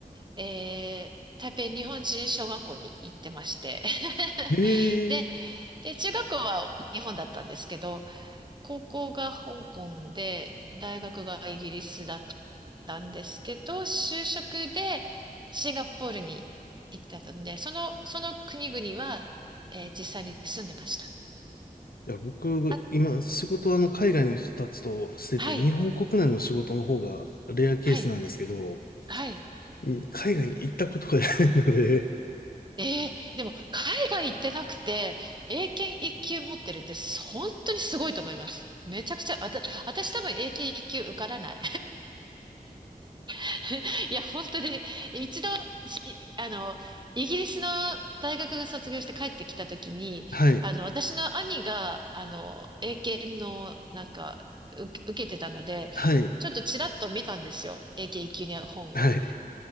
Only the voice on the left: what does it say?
ええ。
い
や、僕、
今、仕事はあの、海外の人たちとしてて、
日本国内の仕事の方がレアケースなんですけど、
うん海外に行ったことがないので、
はい。
はい。
はい。